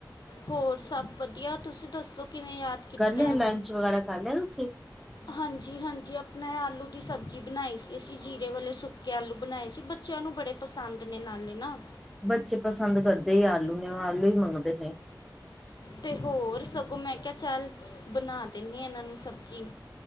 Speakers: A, on the left; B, in the centre.
A: ਹੋਰ ਸਭ ਵਧੀਆ ਤੁਸੀਂ ਦੱਸੋ ਕਿਵੇਂ ਯਾਦ ਕੀਤਾ
B: ਕਰ ਲਿਆ, ਲੰਚ ਵਗੈਰਾ ਕਰ ਲਿਆ ਤੁਸੀਂ?
A: ਹਾਂਜੀ-ਹਾਂਜੀ, ਆਪਣੇ ਆਲੂ ਦੀ ਸਬਜ਼ੀ ਬਣਾਈ ਸੀ ਅਸੀਂ ਜੀ਼ਰੇ ਵਾਲੇ ਸੁੱਕੇ ਕੇ ਆਲੂ ਬਨਾਏ ਸੀ ਬੱਚੇਆਂ ਨੂੰ ਬੜੇ ਪਸੰਦ ਨੇ ਨਾਲੇ ਨਾ
B: ਬੱਚੇ ਪਸੰਦ ਕਰਦੇ ਈ ਆਲੂ ਨੂੰ ਆਲੂ ਈ ਮੰਗਦੇ ਨੇ
A: ਤੇ ਹੋਰ ਸਗੋਂ, ਮੈਂ ਕਿਆ ਚੱਲ ਬਣਾ ਦੇਨੀ ਆ ਏਨਾ ਨੂੰ ਸਬਜ਼ੀ